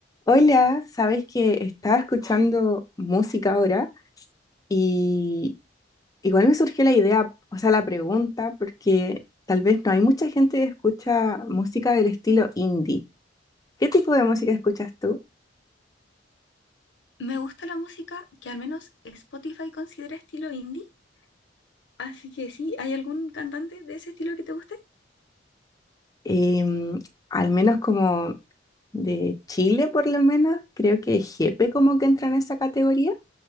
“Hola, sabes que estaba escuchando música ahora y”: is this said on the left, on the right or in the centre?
Left